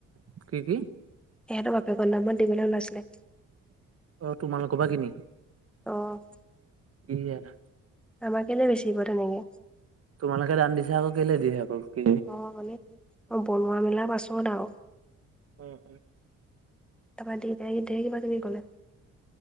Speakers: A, on the right; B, in the centre.
A: কি কি
B: তেহেতৰ বাপেকৰ নামত দিবলৈ ওলাইছিলে।
A: অ', তোমালোকৰপা কিনি?
B: অ'।
A: <unintelligible>
B: আমাক কেলে বেছিব তেনেকে।
A: তোমালোকে দান দিছো, আকৌ কেলে দিয়ে আকৌ। কি
B: অ', মানে অ', বনোৱা মেলা পাছত আৰু।
A: উম, উম।
B: তাৰপৰা দেতাই ধেৰ কিবা কিবি কলে।